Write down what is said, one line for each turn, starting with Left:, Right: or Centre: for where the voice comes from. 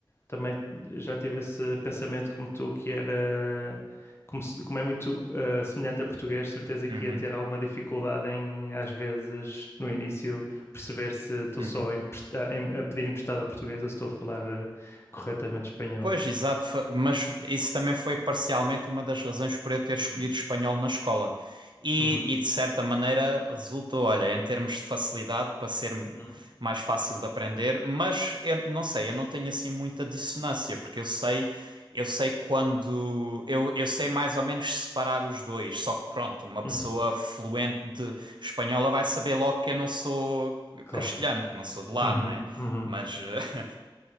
Left: também já tive esse pensamento como tu, que era como, se- como é muito eh, semelhante a português, certeza que
Right: Uhum,
Left: ia ter alguma dificuldade em, às vezes, no início, perceber se estou
Right: uhum.
Left: só a, empresta- em- a pedir emprestado a português ou se estou a falar eh, corretamente espanhol.
Right: Pois, exato, fa- mas isso também foi parcialmente uma das razões por eu ter escolhido
Left: Uhum,
Right: espanhol na escola. E,
Left: uhum,
Right: e, de certa maneira resultou, olha, em termos de facilidade para ser
Left: uhum,
Right: mais fácil de aprender, mas eu não sei, eu não tenho assim muita dissonância, porque eu sei, eu sei quando eu, eu sei mais ou menos separar os dois, só que pronto, uma pessoa
Left: uhum,
Right: fluente de espanhola vai saber logo que eu não sou
Left: Claro.
Right: castelhano, que não sou de lá,
Left: Uhum,
Right: não é?
Left: uhum.
Right: Mas, eh,